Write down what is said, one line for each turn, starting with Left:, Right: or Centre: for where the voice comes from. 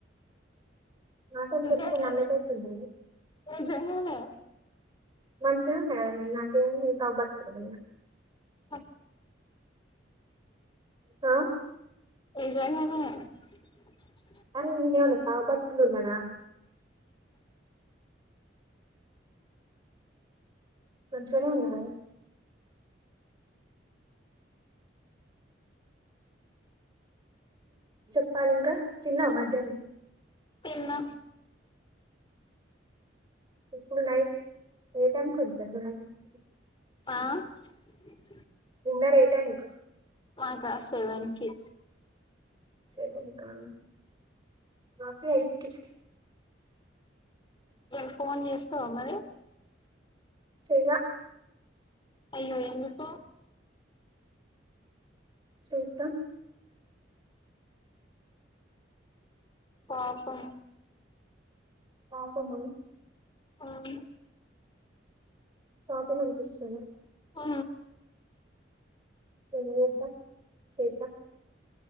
Right: మాటని
Left: నిజంగానే
Right: చెప్తున్నా అమ్మదవుతుంది
Left: నిజంగానే
Right: <unintelligible>
Left: ఆ
Right: ఆ
Left: <unintelligible>
Right: అరే <unintelligible> సావు బతుకులో ఉన్నాన <unintelligible> చెప్పాలి ఇంకా తిన్నావు మధ్యానం
Left: తన్న
Right: ప్పుడుఐ ఏ టైమ్ <unintelligible>
Left: ఆ
Right: డిన్నర్ ఎ టైమ్
Left: మాక సెవెన్కి
Right: సెవెన్ కా మాకీ ఎయిట్ కి
Left: <unintelligible> ఫోన్ చేస్తావ మరి
Right: చెయ్లా
Left: అయ్యో ఎందుకు
Right: చేదం
Left: పాపం
Right: పాపమా
Left: మ్మ్
Right: పాపం అనిపిస్తుంది
Left: ఆ
Right: <unintelligible>